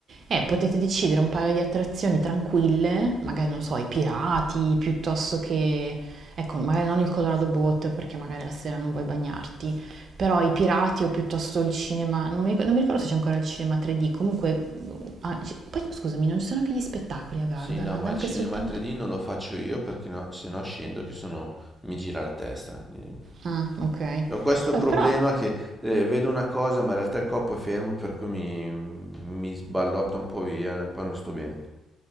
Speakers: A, on the right; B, in the centre.
A: Eh, potete decidere un paio di attrazioni tranquille, magari non so, i pirati, piuttosto che, ecco, magari non il Colorado Boat perché magari la sera non vuoi bagnarti, però i pirati o piuttosto il cinema, non mi, ric- non mi ricordo se c'è ancora il cinema 3D, comunque, ah, c- poi scusami, non ci sono anche gli spettacoli a Gardaland,
B: Sì, no, ma
A: anche
B: il cinema
A: soltanto...
B: 3D non lo faccio io perché no, se no scendo che sono... mi gira la testa. Eh,
A: Ah, ok.
B: Ho questo
A: Beh,
B: problema
A: però
B: che eh, vedo una cosa, ma in realtà il corpo è fermo, per cui mi, mi sballotta un po' via, poi non sto bene.